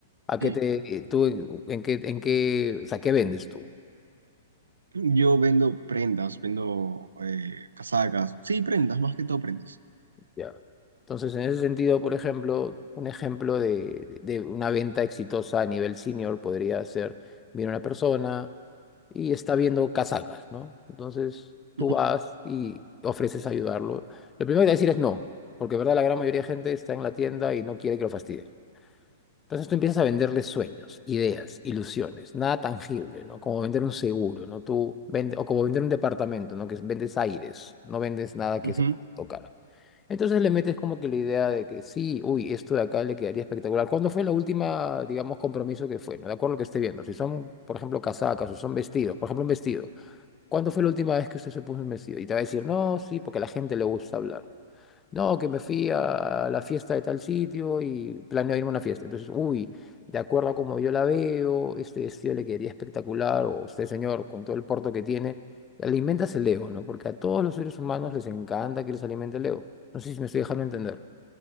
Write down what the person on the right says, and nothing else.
Sí,
yo vendo prendas, vendo eh, casacas, sí, prendas, más que todo prendas.
Ujú,
ujú.